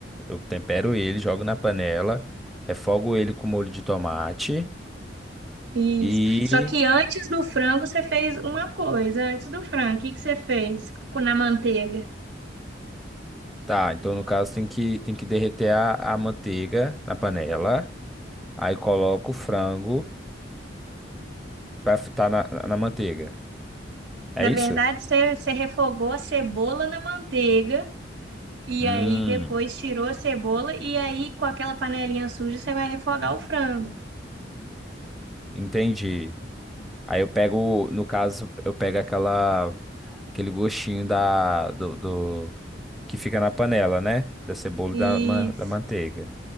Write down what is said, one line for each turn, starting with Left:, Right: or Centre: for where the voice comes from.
Centre: eu tempero ele, jogo na panela, refogo ele com molho de tomate
Right: Isso.
Centre: e
Right: Só que antes do frango você fez uma coisa. Antes do frango, o que que você fez com- na manteiga?
Centre: tá, então no caso tem que tem que derreter a, a manteiga na panela, aí coloco o frango pra fritar na, na na manteiga. É
Right: Na
Centre: isso?
Right: verdade, você, você refogou a cebola na manteiga e
Centre: Hum,
Right: aí depois tirou a cebola e aí com aquela panelinha suja você vai refogar o frango.
Centre: entendi. Aí eu pego, no caso, eu pego aquela aquele gostinho da do, do- que fica na panela, né? Da cebola
Right: Isso.
Centre: e da, ma- da manteiga.